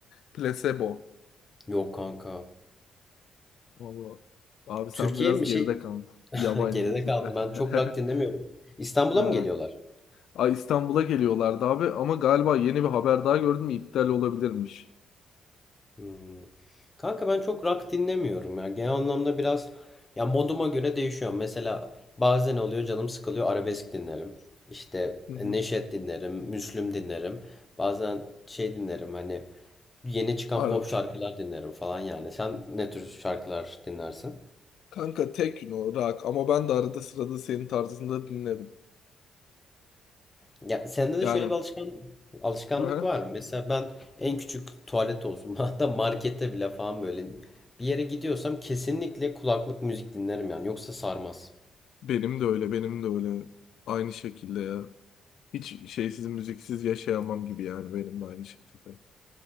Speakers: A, on the left; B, on the left.
A: Placebo.
B: Yok kanka.
A: Vallahi. Abi sen
B: Türkiye
A: biraz
B: mi
A: geride
B: şey?
A: kaldın.
B: <laughs>
A: Yabancı
B: Geride
A: müzikler.
B: kaldım. Ben çok rock
A: <laughs>
B: dinlemiyorum. İstanbul'a
A: Ha.
B: mı geliyorlar?
A: Ay İstanbul'a geliyorlardı abi ama galiba yeni bir haber daha gördüm iptal olabilirmiş.
B: Hmm. Kanka ben çok rock dinlemiyorum ya. Genel anlamda biraz ya moduma göre değişiyor. Mesela bazen oluyor canım sıkılıyor arabesk dinlerim. İşte
A: Hı hı.
B: Neşet dinlerim, Müslüm dinlerim. Bazen şey dinlerim hani Yeni çıkan
A: Arap.
B: pop şarkılar dinlerim falan yani. Sen ne tür şarkılar dinlersin?
A: Kanka tek o rock ama ben de arada sırada senin tarzında dinlerim.
B: Ya sende de
A: Yani.
B: şöyle bir alışkan alışkanlık
A: Hı hı.
B: var. mı? Mesela ben en küçük tuvalet olsun <laughs> hatta markette bile falan böyle bir yere gidiyorsam kesinlikle kulaklık müzik dinlerim yani. Yoksa sarmaz.
A: Benim de öyle, benim de öyle. Aynı şekilde ya. Hiç şeysiz, müziksiz yaşayamam gibi yani benim de aynı şekilde.